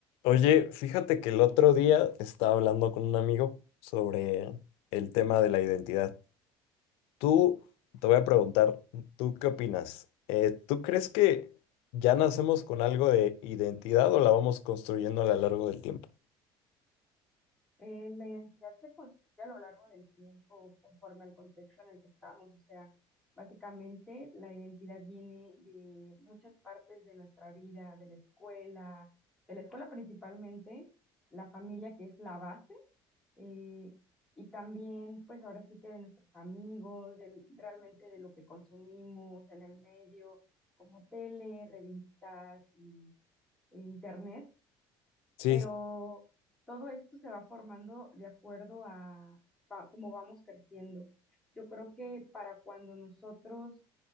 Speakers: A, on the left; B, in the centre.
A: Oye, fíjate que el otro día estaba hablando con un amigo sobre el tema de la identidad. Tú, te voy a preguntar, ¿tú qué opinas? Eh, ¿tú crees que ya nacemos con algo de identidad o la vamos construyendo a lo largo del tiempo?
B: Eh, la identidad se construye a lo largo del tiempo conforme al contexto en el que estamos. O sea, básicamente la identidad viene de muchas partes de nuestra vida, de la escuela, de la escuela principalmente, la familia que es la base, eh, y también pues ahora sí que de nuestros amigos, del, realmente de lo que consumimos en el medio, como tele, revistas y, e internet
A: Sí,
B: pero
A: sí,
B: todo esto se va formando de acuerdo a va- cómo vamos creciendo. Yo creo que para cuando nosotros